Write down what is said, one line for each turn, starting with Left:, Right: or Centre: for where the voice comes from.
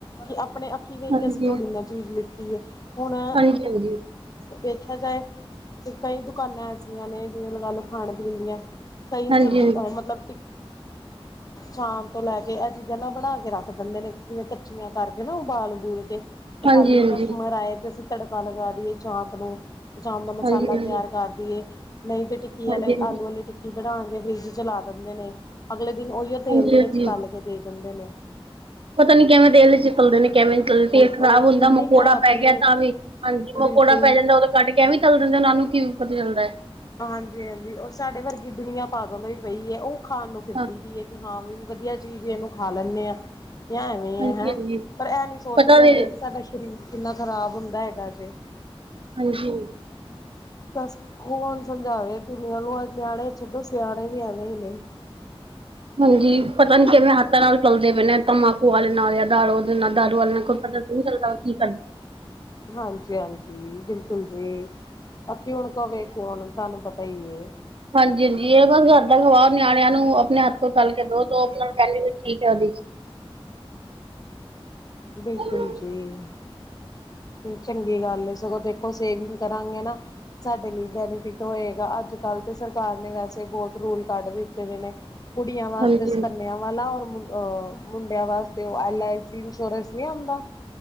Left: ਕਿ ਆਪਣੇ ਅੱਖੀਂ ਵੇਖ
Right: ਹਾਂਜੀ
Left: ਕੇ ਅਸੀਂ ਥੋੜ੍ਹੀ ਨਾ ਚੀਜ਼ ਲਿੱਤੀ ਹੈ ਹੁਣ,?
Right: ਹਾਂਜੀ ਹਾਂਜੀ
Left: ਵੇਖਿਆ ਜਾਏ ਤੇ ਕਈ <inaudible> ਦੁਕਾਨਾਂ, ਐਸੀਆਂ ਨੇ ਜਿਵੇਂ ਲਗਾ ਲੋ ਖਾਣ ਪੀਣ ਦੀਆਂ ਕਈ
Right: ਹਾਂਜੀ-ਹਾਂਜੀ,
Left: ਸਬਜੀ ਮਤਲਬ, ਸ਼ਾਮ ਤੋਂ ਲੈ ਕੇ, ਇਹ ਚੀਜ਼ਾਂ ਨਾ ਬਣਾ ਕੇ ਰੱਖ ਦਿੰਦੇ ਨੇ ਜਿਵੇਂ ਕੱਚੀਆਂ, ਕਰਕੇ ਨਾ ਉਬਾਲ ਕੇ ਤੇ ਖਾਲੀ,
Right: ਹਾਂਜੀ-ਹਾਂਜੀ,
Left: ਕਸਟਮਰ, ਆਏ ਤੇ ਅਸੀਂ ਤੜਕਾ ਲਗਾ ਦੀਏ ਚਾਂਪ ਨੂੰ। ਪ <inaudible> ਚਾਮ ਦਾ ਮਸਾਲਾ
Right: ਹਾਂਜੀ-ਹਾਂਜੀ,
Left: ਤਿਆਰ ਕਰ ਦੇਏ ਨਹੀਂ ਤੇ ਟਿੱਕੀ
Right: ਹਾਂਜੀ-ਹਾਂਜੀ,
Left: ਵਾਲੇ ਆਲੂ ਵਾਲੀ ਟਿੱਕੀ ਬਣਾਉਣਗੇ ਫਰਿੱਜ ਚਲਾ ਦਿੰਦੇ ਨੇ, ਅਗਲੇ ਦਿਨ ਉਹੀਓ ਤੇਲ
Right: ਹਾਂਜੀ-ਹਾਂਜੀ।
Left: ਦੇ ਵਿੱਚ ਤਲ ਕੇ, ਦੇ ਦਿੰਦੇ ਨੇ।
Right: ਪਤਾ ਨੀ ਕਿਵੇਂ ਦੇਲ ਚ ਤੋੜੇ ਨੇ? ਕਿਵੇ
Left: ਉਹੀ
Right: ਤੇਲ ਖਰਾਬ
Left: ਤੇ
Right: ਹੁੰਦਾ
Left: ਕਿੰਨੀ
Right: ਮਕੌੜਾ
Left: ਖ਼ਰਾਬੀ
Right: ਪੈ ਗਿਆ,
Left: ਏ
Right: ਤਾਂ ਵੀ ਹਾਂਜੀ,
Left: ਬਿਲਕੁਲ
Right: ਮਕੌੜਾ ਪੈ ਜਾਂਦਾ ਉਹੋਂ ਕੱਢ ਕੇ ਐਵੇਂ, ਤਲ ਦਿੰਦੇ,? ਨਾਨੂੰ, ਕਿਵੇਂ ਪਤਾ ਚੱਲਦਾ ਹੈ?
Left: ਹਾਂਜੀ-ਹਾਂਜੀ ਔਰ ਸਾਡੇ ਵਰਗੀ ਦੁਨੀਆਂ ਪਾਗਲ ਹੋਈ ਪਈ ਹੈ, ਉਹ ਖਾਣ ਨੂੰ ਫਿਰਦੀ,
Right: ਹਾਂ
Left: ਵੀ ਹੈ ਕਿ ਹਾਂ ਵੀ ਵਧੀਆ ਚੀਜ਼ ਇਹਨੂੰ ਖਾ ਲੈਂਨੇ ਹਾਂ ਐਵੇਂ
Right: ਹਾਂਜੀ-ਹਾਂਜੀ।
Left: ਹੈ ਹੈਂ ਪਰ ਇਹ ਨੀ ਸੋਚਦੇ
Right: ਪਤਾ ਵੀ
Left: ਹੈਗੇ ਕਿ ਸਾਡਾ ਸਰੀਰ ਕਿੰਨਾ ਖ਼ਰਾਬ ਹੁੰਦਾ ਹੈਗਾ ਜੇ
Right: ਹਾਂਜੀ
Left: ਬੱਸ ਕੌਣ ਸਮਝਾਵੇ ਦੁਨੀਆਂ ਨੂੰ ਅੱ ਨਿਆਣੇ ਛੱਡੋ ਸਿਆਣੇ ਵੀ ਐਵੇਂ ਹੀ ਨੇ <unintelligible>
Right: ਹਾਂਜੀ ਪਤਾ ਨੀ ਕਿਵੇਂ ਹੱਥਾਂ ਨਾਲ ਚਲਦੇ ਪਏਣੇ ਤਮਬਾਕੂ ਵਾਲੇ ਨਾਲ ਆ ਦਾਰੂ ਦੇ ਨਾਲ ਦਾਰੂ ਵਾਲੇ ਕੋਲ ਪਤਾ ਓਏ ਗੱਲਾ ਕੀ ਕਰਨ
Left: ਹਾਂਜੀ ਹਾਂਜੀ ਬਿਲਕੁਲ ਜੀ ਬਾਕੀ ਹੁਣ ਕਵੇ ਕੌਣ ਤੁਹਾਨੂੰ ਪਤਾ ਸਹੀ ਏ
Right: ਹਾਂਜੀ ਹਾਂਜੀ ਇਹ ਬਸ ਘਰ ਦਾ ਖਵਾ ਨਿਆਣਿਆਂ ਨੂੰ ਆਪਣੇ ਹੱਥ ਤੋਂ ਤਲ ਕੇ ਦੋ ਉਹ ਕਹਿਣ ਗੇ ਠੀਕ ਹੈ ਜੀ
Left: ਬਿਲਕੁਲ
Right: ਉਹਦੀ।
Left: ਜੀ ਚੰਗੀ ਗੱਲ ਸਗੋਂ ਦੇਖੋ ਸੇਵਿੰਗ ਕਰਾਂਗੇ ਨਾ ਸਾਡੇ ਲਈ ਬੈਨੀਫਿਟ ਹੋਏਗਾ ਅੱਜ ਕੱਲ੍ਹ ਤਾਂ ਸਰਕਾਰ ਨੇ ਵੈਸੇ ਬਹੁਤ ਰੂਲ ਕੱਢ ਦਿੱਤੇ ਦੇ ਨੇ ਕੁੜੀਆਂ
Right: ਹਾਂਜੀ
Left: ਵਾਸਤੇ ਸਕੰਨਿਆਂ ਵਾਲਾ ਔਰ ਮੁੰਡਿਆਂ ਵਾਸਤੇ ਉਹ ਐਲ ਆਈ ਸੀ ਚੋਰਸ ਨਹੀਂ ਆਉਂਦਾ